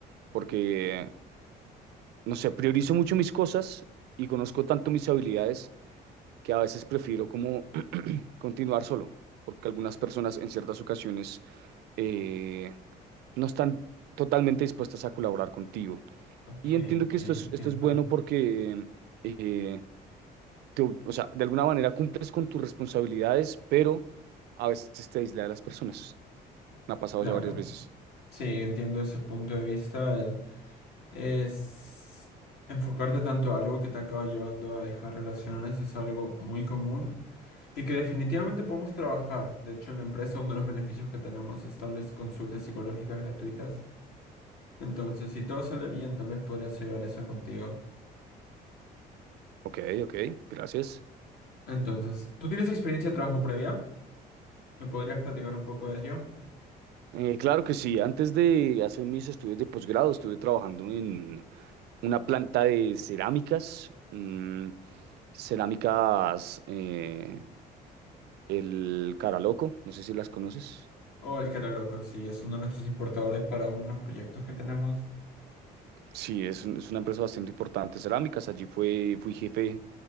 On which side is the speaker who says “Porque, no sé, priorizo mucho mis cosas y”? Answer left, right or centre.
Right